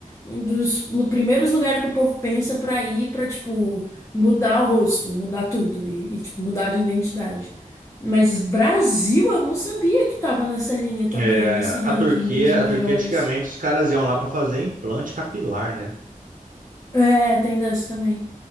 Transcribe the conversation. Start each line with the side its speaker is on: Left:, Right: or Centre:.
Left: um dos lu- primeiros lugares que o povo pensa pra ir pra, tipo, mudar o rosto, mudar tudo e, e, tipo, mudar de identidade. Mas Brasil, eu não sabia que tava nessa linha também,
Right: É,
Left: nesse ranking
Right: a Turquia,
Left: dos maiores.
Right: a Turquia antigamente os caras iam lá para fazer implante capilar, né?
Left: É, tem dessa também.